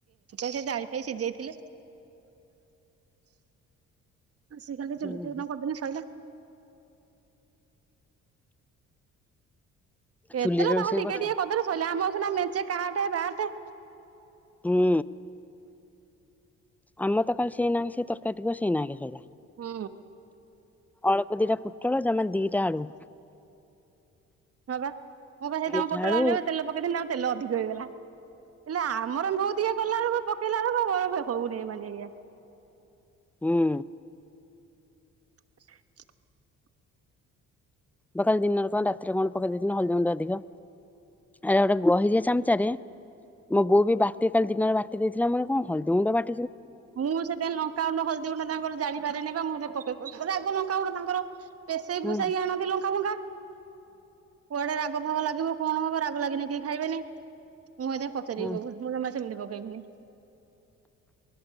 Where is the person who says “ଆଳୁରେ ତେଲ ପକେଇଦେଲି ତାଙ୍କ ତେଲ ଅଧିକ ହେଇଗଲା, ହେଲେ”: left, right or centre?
Right